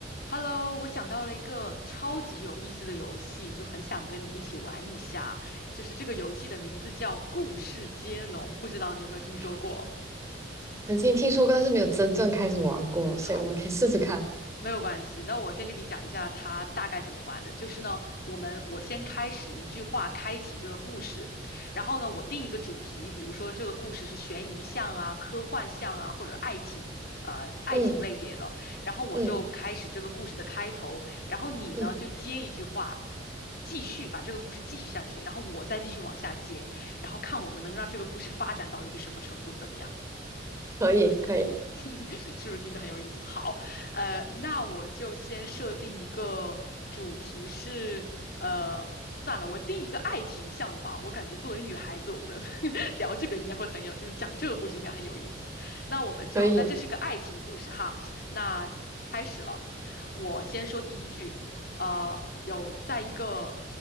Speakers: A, on the left; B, on the right.
A: Hello，我想到了一个超级有意思的游戏，就很想跟你一起玩一下。就是这个游戏的名字叫《故事接龙》，不知道你有没有听说过？
B: <laughs> 曾经听说过，但是没有真正开始玩过，所以我们可以试试看。
A: 好，没有关系，那我先跟你讲一下它大概怎么玩的。就是呢，我们我先开始一句话开启这个故事，然后呢，我定一个主题，比如说这个故事是悬疑向啊、科幻向啊，或者爱情，呃，爱情类别的。
B: 嗯
A: 然后我就开始这个故事的开头，
B: 嗯
A: 然后你呢就接一句话，
B: 嗯，
A: 继续把这个故事继续下去，然后我再继续往下接，然后看我们能让这个故事发展到一个什么程度，怎么样？
B: 可以，可以，
A: <laughs> 是不是听着很有意思？好，呃，那我就先设定一个主题是，呃，算了，我定一个爱情向的吧。我感觉作为女孩子，我们 <laughs> 聊这个应该会很有，就是讲这个故事应该很有意思。那我们就，
B: 可以。
A: 那这是个爱情故事哈，那开始了。我先说第一句，呃，有在一个